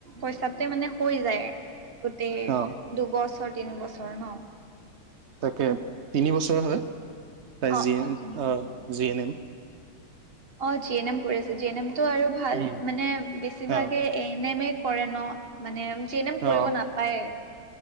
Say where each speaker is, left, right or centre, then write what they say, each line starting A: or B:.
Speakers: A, on the right; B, on the right.
A: পইচাতে মানে হৈ যায় গোটেই
B: অ
A: দুবছৰ তিন বছৰ ন
B: তাকে তিনিবছৰ হয় তাই
A: অ',
B: জি এন
A: অ', তিনি বছৰ।
B: জি এন এম
A: অ জি এন এম কৰি আছে জি এন এম তটো আৰু ভাল
B: উম
A: মানে বেছিভাগে
B: অ
A: এ এন এম এ কৰে ন মানে জি এন এম কৰিব
B: অ
A: নাপায়